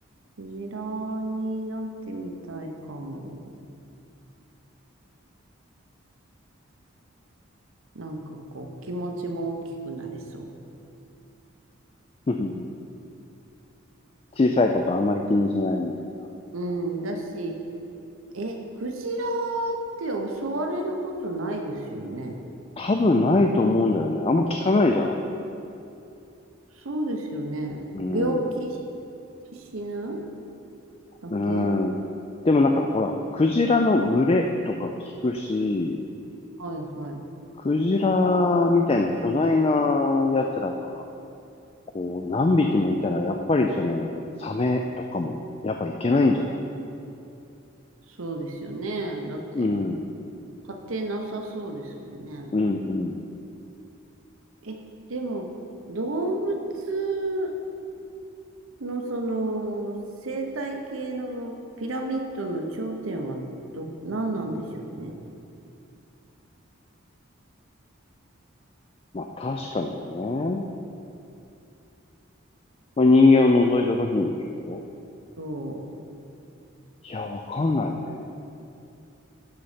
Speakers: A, on the right; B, on the left.
A: クジラになってみたいかも。なんかこう、気持ちも大きくなれそ
B: <laughs> 小さいことあんまり気にしないみたい
A: う。うん、だし、え、クジラって襲われることないですよね。
B: な。多分ないと思うんだよね。あんま聞かないじゃん。
A: そうですよね。
B: うん。
A: 病気し死ぬだけ
B: うん。でもなんかほら、クジラの群れとか聞くし、
A: はいはい。
B: クジラみたいな巨大な奴らが、こう、何匹もいたら、やっぱりその、サメとかも、やっぱいけないんじゃない
A: そうですよね。だって、
B: うん、
A: 勝てなさそうですもんね。
B: うん、うん。
A: え、でも、動物の、その、生態系のピラミッドの頂点はど、何なんでしょうね。
B: まあ確かにね。まあ人間を除いた時にでしょ
A: そ
B: いや、わかんないね。